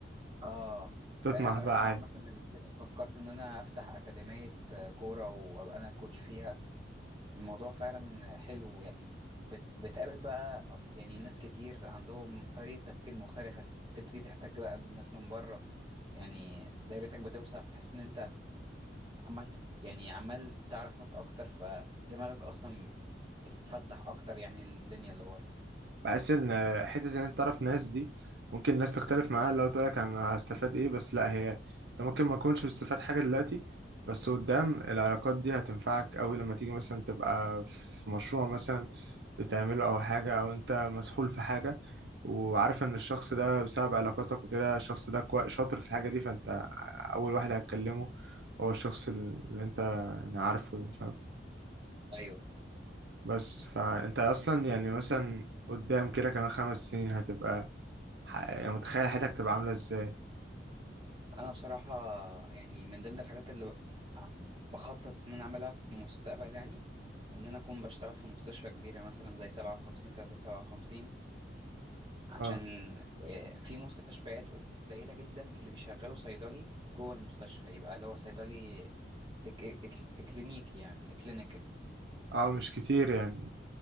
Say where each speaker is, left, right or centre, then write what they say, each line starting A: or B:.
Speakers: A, on the right (about 30°); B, on the right (about 70°).
A: اه
B: وتطمح
A: آه، انا
B: بقى
A: بحب
B: عالي
A: عامة الفرق. فكرت ان انا افتح اكاديمية آه، كورة وابقى انا الكوتش فيها الموضوع فعلا حلو يعني بت... بتقابل بقى أف- يعني ناس كتير عندهم طريقة تفكير مختلفة تبتدي تحتك بقى بناس من بره يعني دايرتك بتوسع فتحس ان انت عمال تت- يعني عمال تعرف ناس اكتر فدماغك اصلا بتتفتح اكتر يعني الدنيا اللي بره
B: بحس ان حته ان انت تعرف ناس دي ممكن الناس تختلف معاها لو تقول لك انا هستفاد ايه بس لا هي انت ممكن ما تكونش بتستفاد حاجه دلوقتي بس قدام العلاقات دي هتنفعك قوي لما تيجي مثلا تبقى في مشروع مثلا بتعمله او حاجه او انت مسحول في حاجه وعارف ان الشخص ده بسبب علاقاتك وكده الشخص ده كوي- شاطر في الحاجه دي فانت اول واحد هتكلمه هو الشخص اللي انت يعني عارفه ده فاهم
A: ايوه
B: بس فانت اصلا يعني مثلا قدام كده كمان خمس سنين هتبقى ح- يعني متخيل حياتك تبقى عاملة ازاي
A: انا بصراحه يعني من ضمن الحاجات اللي بخطط ان انا اعملها في المستقبل يعني ان انا اكون بشتغل في مستشفى كبيره مثلا زي 57 357 عشان
B: اه
A: آه، في مستشفيات قليله جدا اللي بيشغلوا صيدلي جوه المستشفى يبقى اللي هو صيدلي إك إك إك كلينيكي يعني كلينيكال
B: اه مش كتير يعني